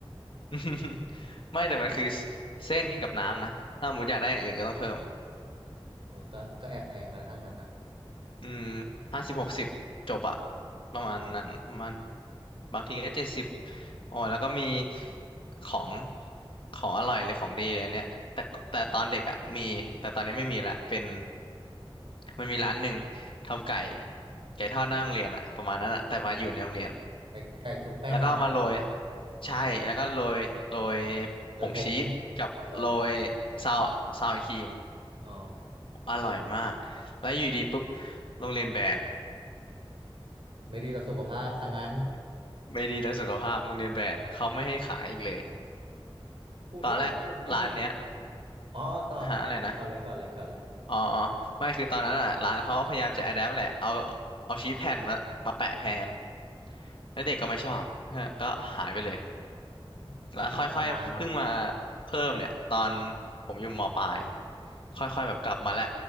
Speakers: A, on the left (about 65°); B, on the right (about 65°).
A: <laughs> ไม่แต่มันคือเส้นกับน้ำนะถ้าสมมติอยากได้อย่างอื่นก็ต้องเพิ่ม
B: อ๋ออ๋อโอ้ก็ก็แอบแพงแล้วถ้างั้นนะ
A: อืมห้าสิบหกสิบจบอะ
B: อม
A: ประมาณนั้นประมันบางทีก็เจ็ดสิบโอ้ยแล้วก็มีของของอร่อยเลยของดีเลยอันเนี้ยแต่แต่ตอนเด็กอะมีแต่ตอนนี้ไม่มีละเป็นมันมีร้านหนึ่งทำไก่ไก่ทอดหน้าโรงเรียนอะประมาณนั้นอะแต่ว่าอยู่ในโรงเรียน
B: อ๋อไอ้ไก่ชุบแป้งนาน
A: แล้วก็เอามาโรยใช่แล้วก็โรยโรย
B: ๆเลยผง
A: ผงชีสกับโรย
B: เออ
A: ซาวซาวครีม
B: อ๋อ
A: อร่อยมากแล้วอยู่ดีปุ๊บโรงเรียนแบน
B: ไม่ดีต่อสุขภาพซะงั้น
A: <laughs> ไม่ดีต่อสุขภาพโรงเรียนแบนเขาไม่ให้ขายอีกเลย
B: กรุงเทพเรียนนี่เรียนกี่คาบนะอ๋อต่อก่อนก่อนเลยก่อนเลยก่อนเลย
A: ตอนแรกร้านเนี้ยฮะอะไรนะอ๋ออ๋อไม่คือตอนนั้นอ่ะร้านเขาพยายามจะ adapt แหละเอาเอาชีทแผ่นมามาแปะแทนแล้วเด็กก็ไม่ชอบฮะก็หายไปเลย
B: อ๋อ
A: แล้วค่อยๆเพิ่งมา
B: ปิดตำนาน
A: เพิ่มเนี่ยตอนผมอยู่มปลาย
B: อ๋อ
A: ค่อยๆแบบกลับมาแล้ว